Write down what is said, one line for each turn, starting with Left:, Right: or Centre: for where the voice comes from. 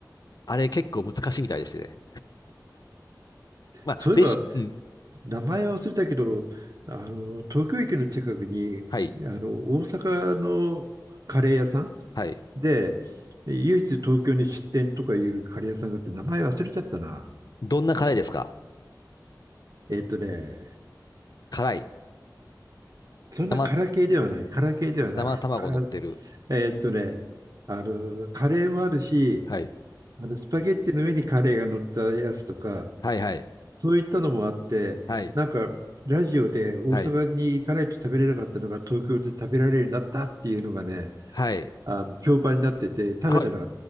Left: あれ結構難しいみたいでしてね。まあ、
Right: そういえば、
Left: レシピ、うん、
Right: 名前は忘れたけど、あの、東京駅の近くに、
Left: はい、
Right: あの、大阪のカレー屋さん
Left: はい。
Right: で、唯一東京に出店とかいうカレー屋さんがあって、名前忘れちゃったな。
Left: どんなカレーですか
Right: えっとね、
Left: 辛い。
Right: そんなカラ系ではない、
Left: 生、
Right: カラ系ではない。
Left: 生卵乗ってる。
Right: はえっとね、あの、カレーもあるし、
Left: はい。
Right: あの、スパゲッティの上にカレーが乗ったやつとか、
Left: はいはい。
Right: そういったのもあって、
Left: はい。
Right: なんか、ラジオで大阪に行かないと食べれなかったのが東京で食べられるようになったっていうのがね、
Left: はい。はい。
Right: あの評判になってて、食べたら
Left: はい。